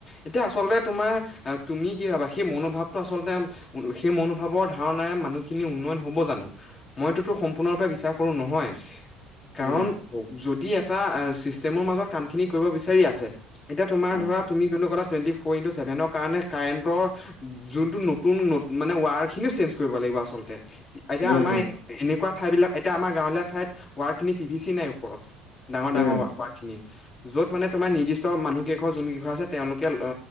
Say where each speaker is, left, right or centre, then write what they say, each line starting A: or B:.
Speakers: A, on the left (about 35°); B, on the left (about 80°).
A: এতিয়া আচলতে তোমাৰ তুমি কি ভাবা সেই মনোভাৱটো আচলতে সেই মনোভাৱৰ ধাৰণাৰে মানুহখিনি উন্নয়ন হব জানো মইটোতো সম্পূৰ্ণৰূপে বিশ্বাস কৰো নহয় কাৰণ
B: উম
A: যদি এটা আ চিষ্টেমৰ মাজত কামখিনি কৰিব বিচাৰি আছে এতিয়া তোমাৰ
B: উম
A: ধৰা তুমি কনেৱ কাত টুয়েনট্টি ফৰ ইনটো চেভেনৰ কাৰণে কাৰেণ্টৰ যোনটো নতুন মানে ৱায়াৰ খিনিও চেনজ কৰিব লাগিব আচলতে এতিয়া
B: উম
A: আমাৰ
B: উম
A: এ এনেকুৱা ঠাই বিলাক এতিয়া আমাৰ গাঁৱলীয়া ঠাইত ৱাৰ খিনি পিভি চি নাই ওপৰত ডাঙৰ
B: উম
A: ডাঙৰ ৱাৰ খিনি, য'ত মানে তোমাৰ নিৰ্দিষ্ট মানুহ কেইঘৰ জোনগিঘৰ আছে, তেওঁলোকে অ